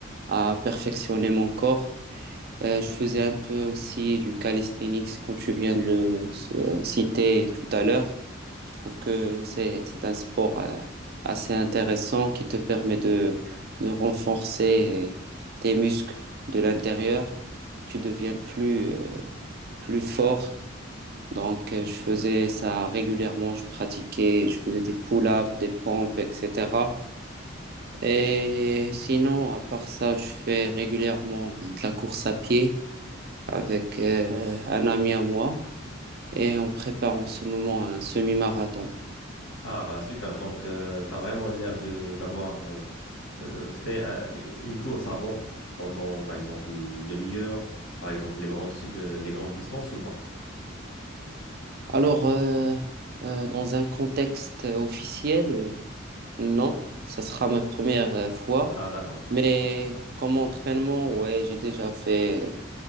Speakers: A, on the right; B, on the left.
A: à perfectionner mon corps. Euh, je faisais un peu aussi du calisthenics, comme tu viens de le euh, citer tout à l'heure. Je trouve que c'est, c'est un sport euh, assez intéressant qui te permet de, de renforcer tes muscles de l'intérieur. Tu deviens plus, euh, plus fort. Donc, euh, je faisais ça régulièrement. Je pratiquais, je faisais des pull-ups, des pompes, etc. Et sinon, à part ça, je fais régulièrement euh, de la course à pied avec euh, un ami à moi et on prépare en ce moment un semi-marathon.
B: Ah bah super. Donc, tu as vraiment l'air de d'avoir euh, euh, fait un- une course avant pendant, par exemple, une demi-heure, par exemple, les grandes, su- euh, les grandes distances ou pas?
A: Alors, euh, euh, dans un contexte officiel, euh, non, ça sera ma première euh, fois,
B: Ah d'accord.
A: mais comme entraînement, ouais, j'ai déjà fait